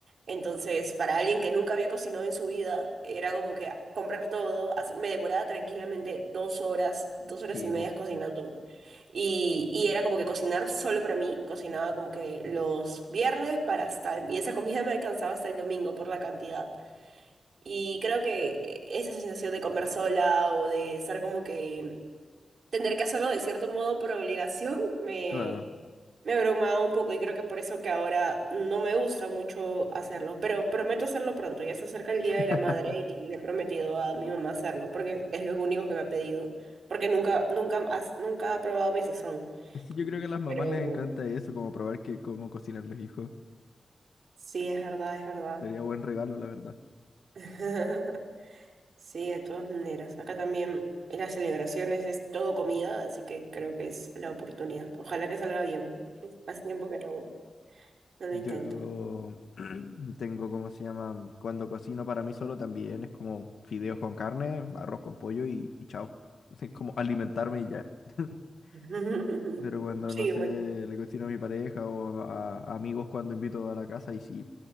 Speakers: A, on the right (about 75°); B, on the left (about 80°).
A: Entonces, para alguien que nunca había cocinado en su vida, era como que comprar todo, hacer- me demoraba tranquilamente dos horas, dos horas
B: sí,
A: y media
B: bu-
A: cocinando. Y, y era como que cocinar solo para mí, cocinaba como que los viernes para hasta, y esa comida me alcanzaba hasta el domingo por la cantidad. Y creo que eh, esa sensación de comer sola o de estar como que tener que hacerlo de cierto modo por obligación me,
B: claro.
A: me abrumaba un poco y creo que por eso que ahora no me gusta mucho hacerlo, pero prometo hacerlo pronto, ya se acerca el Día
B: <laughs>
A: de la Madre y le he prometido a mi mamá hacerlo porque es lo único que me ha pedido, porque nunca, nunca, has- nunca ha probado mi sazón.
B: Es que yo creo que a las mamás
A: Pero
B: les encanta eso, como probar que cómo cocinan los hijos.
A: sí, es verdad, es verdad.
B: Sería buen regalo, la verdad.
A: <laughs> Sí, de todas maneras. Acá también en las celebraciones es todo comida, así que creo que es la oportunidad. Ojalá que salga bien. <laughs> Hace tiempo que no, no lo
B: Yo
A: intento.
B: <clears throat> tengo, ¿cómo se llama? Cuando cocino para mí solo también es como fideos con carne, arroz con pollo y, y chao. <laughs> Es como alimentarme y ya. <laughs>
A: <laughs>
B: Pero cuando,
A: Sí,
B: no sé,
A: bueno.
B: le cocino a mi pareja o a, a amigos cuando invito a la casa y sí,